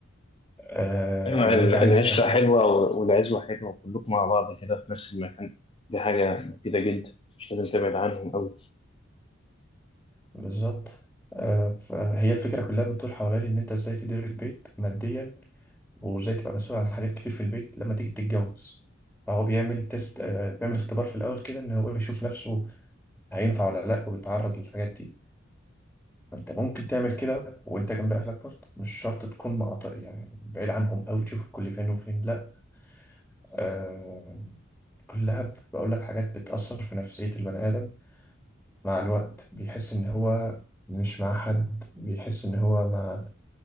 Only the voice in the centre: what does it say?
آه
لو
أنت
عايز تاخد
بالظبط آه، فهي الفكرة كلها بتدور حوالين إن أنت إزاي تدير البيت ماديا وإزاي تبقى مسؤول عن حاجات كتير في البيت لما تيجي تتجوز فهو بيعمل تيست آه، بيعمل اختبار في الأول كده إن هو يشوف نفسه هينفع ولا لأ ويتعرض للحاجات دي فأنت ممكن تعمل كده وأنت جنب أهلك برضه مش شرط تكون مقاطع يعني بعيد عنهم أوي تشوف الكل فين وفين لأ آه، كلها بقول لك حاجات بتأثر في نفسية البني آدم مع الوقت بيحس إن هو مش مع حد بيحس إن هو مع